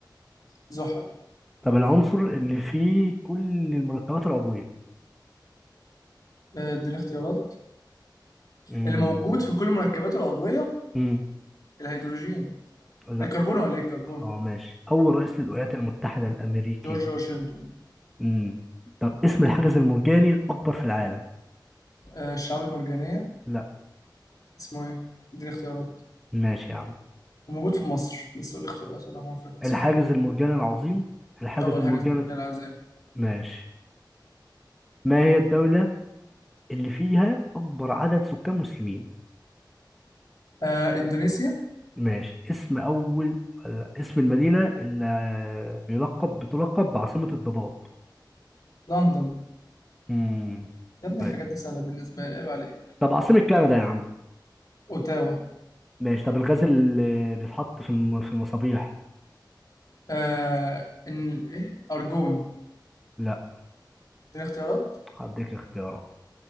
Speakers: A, on the left (about 50°); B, in the centre.
A: زحل
B: طب العنصر اللي فيه كل المركبات العضوية
A: آه، اديني اختيارات
B: امم
A: اللي موجود في كل المركبات العضوية
B: امم
A: الهيدروجين
B: لا
A: الكربون ولا ايه الكربون
B: اه ماشي أول رئيس للولايات المتحدة الأمريكية
A: جورج واشنطن
B: امم طب اسم الحاجز المرجاني الأكبر في العالم
A: آه، الشعاب المرجانية
B: لا
A: اسمه ايه اديني اختيارات
B: ماشي يا عم
A: وموجود في مصر بس قول لي اختيارات ولا هو فاكر اسمه
B: الحاجز المرجاني العظيم الحاجز
A: أول
B: المرجاني
A: حاجة زي ما قال العزام
B: ماشي ما هي الدولة اللي فيها أكبر عدد سكان مسلمين
A: آه إندونيسيا
B: ماشي اسم أول ولا اسم المدينة اللي بيلقب بتلقب بعاصمة الضباب
A: لندن
B: امم
A: يا ابني
B: طيب
A: الحاجات دي سهلة بالنسبة لي عيب عليك
B: طب عاصمة كندا يا عم
A: أوتاوا
B: ماشي طب الغاز اللي بيتحط في الم- في المصابيح
A: آه إن إيه أرجون
B: لا
A: دي اختيارات
B: هديك اختيارات